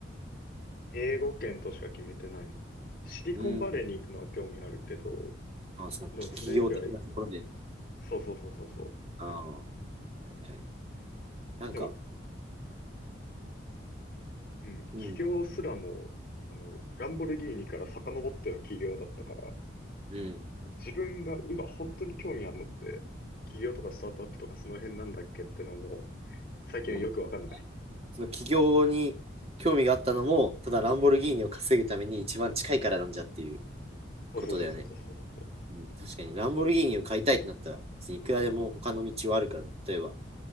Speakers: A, on the left; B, on the right.
A: 英語圏としか決めてない。シリコンバレーに行くのは興味あるけど、
B: うん。まあ、そのき企業的なところで。
A: でもそれ以外、そうそうそうそうそう。
B: ああ、はいはい。なんか、
A: でも、うん、
B: うん、
A: 起業すらも、あの、ランボルギーニから遡っての起業だったから、
B: うん、
A: 自分が今本当に興味あるのって、起業とかスタートアップとかその辺なんだっけってのも、最近はよくわかんない。
B: うん。その起業に興味があったのも、ただランボルギーニを稼ぐために一番近いからなんじゃっていう
A: そうそうそうそうそうそうそ
B: ことだよね。うん、確かに、ランボルギーニを買いたいってなったら、いくらでも他の道はあるから、例えば、